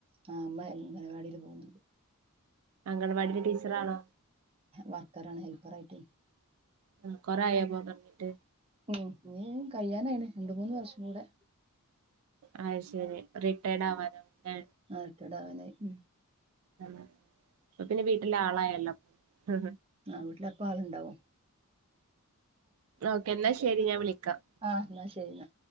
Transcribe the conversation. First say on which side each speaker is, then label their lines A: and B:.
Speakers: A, on the right; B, on the right.
A: ആ മ്മ അംഗനവാടിൽ പോകുന്നുണ്ട്
B: അംഗണവാടി ലെ ടീച്ചറാണോ
A: വർക്കറാണ് ഹെൽപ്പറായി ട്ട്
B: ആ കൊറെ ആയോ പോകാ തൊടങ്ങിട്ട്
A: ഉം നീ കഴിയാനായിന് രണ്ട മൂന്ന് വർഷം കൂടെ
B: അത് ശരി റിട്ടയർഡ് ആവാനുന്നെ
A: ആ റിട്ടയർഡ് ആവാനായി ഉം
B: ആ അപ്പ പിന്നെ വീട്ടിലെ ആളായല്ലോ ഉം
A: ആ വീട്ടിലപ്പ ആളുണ്ടാവും
B: ഓക്കെന്നാ ശരി ഞാൻ വിളിക്കാം
A: ആഹ് ന്നാ ശരിന്നാ